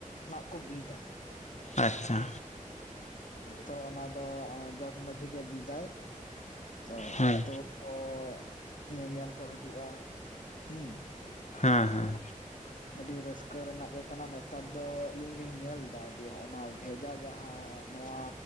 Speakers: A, on the left (about 70°); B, on the left (about 60°).
A: ᱱᱟᱜ ᱠᱚ ᱵᱤᱫᱟ
B: ᱟᱪᱪᱷᱟ
A: ᱛᱚ ᱚᱱᱟ ᱫᱚ ᱡᱚᱜᱽ ᱢᱟᱺᱡᱷᱤ ᱜᱮ ᱵᱤᱫᱟᱭ ᱛᱚ
B: ᱦᱮᱸ
A: ᱟᱛᱳ ᱦᱚᱲ ᱠᱚ ᱧᱮᱧᱮᱞ ᱠᱚ ᱦᱟᱹᱡᱩᱜᱼᱟ ᱦᱩᱸ
B: ᱦᱮᱸ ᱦᱮᱸ
A: ᱟᱹᱰᱤ ᱨᱟᱹᱥᱠᱟᱹ ᱨᱮᱱᱟᱜ ᱜᱮ ᱠᱟᱱᱟ ᱱᱮᱛᱟᱨ ᱫᱚ ᱟᱹᱞᱤᱧ ᱞᱤᱧ ᱧᱮᱞ ᱫᱟ ᱡᱮ ᱦᱚᱸᱜᱼᱚ ᱱᱟ ᱵᱷᱮᱡᱟ ᱡᱟᱦᱟᱸ ᱱᱚᱣᱟ